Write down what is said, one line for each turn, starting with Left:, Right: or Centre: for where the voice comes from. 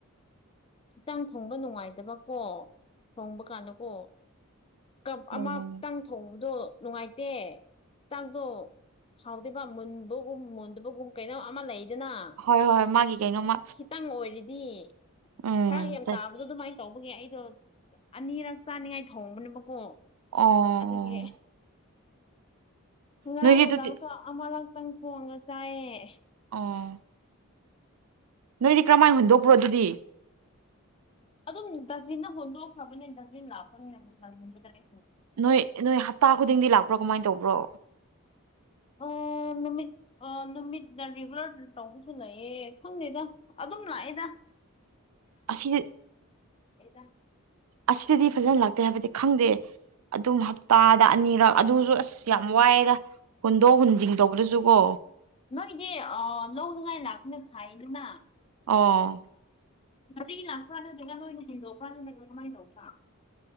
Left: ꯈꯤꯇꯪ ꯊꯣꯡꯕ ꯅꯨꯡꯉꯥꯏꯇꯕꯀꯣ ꯊꯣꯡꯕ ꯀꯥꯟꯗꯀꯣ ꯀꯞ
Right: ꯎꯝ
Left: ꯑꯃꯇꯪ ꯊꯣꯡꯕꯗꯣ ꯅꯨꯡꯉꯥꯏꯇꯦ ꯆꯥꯛꯗꯣ ꯍꯥꯎꯗꯦꯕ ꯃꯨꯟꯕꯒꯨꯝ ꯃꯨꯟꯗꯕꯒꯨꯝ ꯀꯩꯅꯣ ꯑꯃ ꯂꯩ ꯂꯩꯗꯅ
Right: ꯍꯣꯏ ꯍꯣꯏ ꯃꯥꯒꯤ
Left: ꯈꯤ
Right: ꯀꯩꯅꯣꯃ
Left: ꯈꯤꯇꯪ ꯑꯣꯏꯔꯗꯤ
Right: ꯎꯝ
Left: ꯐꯔꯛ ꯌꯥꯝ ꯇꯥꯕꯗꯣ ꯑꯗꯨꯃꯥꯏꯅ ꯇꯧꯕꯒꯤ ꯑꯩꯗꯣ ꯑꯅꯤꯔꯛ ꯆꯥꯅꯤꯡꯉꯥꯏ ꯊꯣꯡꯕꯅꯦꯕꯀꯣ
Right: ꯑꯣ
Left: ꯑꯗꯨꯒꯤ ꯉꯔꯥꯡ
Right: ꯅꯣꯏꯗꯤ
Left: ꯅꯨꯡꯗꯥꯡꯁꯨ
Right: ꯑꯗꯨꯗꯤ
Left: ꯑꯃꯔꯛꯇꯪ ꯊꯣꯡꯉ ꯆꯥꯏꯌꯦ
Right: ꯑꯣ ꯅꯣꯏꯗꯤ ꯀꯔꯝꯃꯥꯏꯅ ꯍꯨꯟꯗꯣꯛꯄ꯭ꯔꯣ ꯑꯗꯨꯗꯤ
Left: ꯑꯗꯨꯝ ꯗꯁꯕꯤꯟꯗ ꯍꯣꯟꯗꯣꯛꯈꯔꯕꯅꯦ ꯗꯁꯕꯤꯟ ꯂꯥꯛꯄꯅꯤꯅ ꯗꯨꯝ ꯂꯪꯈ꯭ꯔꯦ
Right: ꯅꯣꯏ ꯅꯣꯏ ꯍꯞꯇꯥ ꯈꯨꯗꯤꯡꯗꯤ ꯂꯥꯛꯄ꯭ꯔꯣ ꯀꯃꯥꯏꯅ ꯇꯧꯕ꯭ꯔꯣ
Left: ꯑꯝ ꯑꯣ ꯅꯨꯃꯤꯠ ꯑ ꯅꯨꯃꯤꯠ ꯔꯤꯒꯨꯂꯔ ꯇꯧꯕꯁꯨ ꯂꯩꯌꯦ ꯈꯪꯗꯦꯗ ꯑꯗꯨꯝ ꯂꯥꯛꯑꯦꯗ
Right: ꯑꯁꯤꯗꯤ
Left: <unintelligible>
Right: ꯑꯁꯤꯗꯗꯤ ꯐꯖꯅ ꯂꯥꯛꯇꯦ ꯍꯥꯏꯕꯗꯤ ꯈꯪꯗꯦ ꯑꯗꯨꯝ ꯍꯞꯇꯥꯗ ꯑꯅꯤꯔꯛ ꯑꯗꯨꯁꯨ ꯑꯁ ꯌꯥꯝ ꯋꯥꯏꯌꯦꯗ ꯍꯨꯟꯗꯣꯛ ꯍꯨꯟꯖꯤꯡ ꯇꯧꯕꯗꯁꯨ ꯀꯣ
Left: ꯅꯣꯏꯗꯤ ꯑꯥ ꯂꯧꯅꯤꯡꯉꯥꯏ ꯂꯥꯛꯄꯅ ꯐꯩꯌꯦꯗꯅ
Right: ꯑꯣ
Left: ꯒꯔꯤ ꯂꯥꯛꯄ꯭ꯔꯥ ꯅꯠꯇ꯭ꯔꯒ ꯅꯣꯏꯅ ꯍꯦꯟꯗꯣꯛꯄ꯭ꯔꯥ ꯅꯠꯇ꯭ꯔꯒ ꯀꯃꯥꯏꯅ ꯇꯧꯕ꯭ꯔꯥ